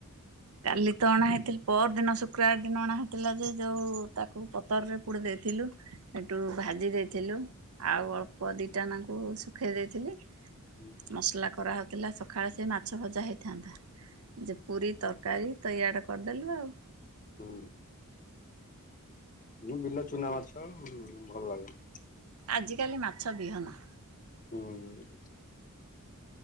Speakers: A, on the right; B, on the left.
A: କାଲି ତ ଅଣା ହେଇଥିଲ ପର ଦିନ ଶୁକ୍ରବାର ଦିନ ଅଣା ହେଇଥିଲା ଯେ ଯୋଉ ତାକୁ ପତରରେ ପୋଡ଼ି ଦେଇଥିଲୁ। ସେଠୁ ଭାଜି ଦେଇଥିଲୁ ଆଉ ଅଳ୍ପ ଦିଟାନାଙ୍କୁ ଶୁଖେଇ ଦେଇଥିଲି।
B: ପାଇଁ
A: ମସଲା କରାହଉଥିଲା ସକାଳେ ସେ ମାଛ ଭଜା ହେଇଥାନ୍ତା। ଯେ ପୁରୀ ତରକାରୀ ତ ଇଆଡ଼େ କରିଦେଲୁ ଆଉ।
B: ହୁଁ। ମୁଁ ବିଲ ଚୁନା ମାଛ ଅ ଭଲ ଲାଗେ।
A: ଆଜିକାଲି ମାଛ ବିହନ
B: ହୁଁ।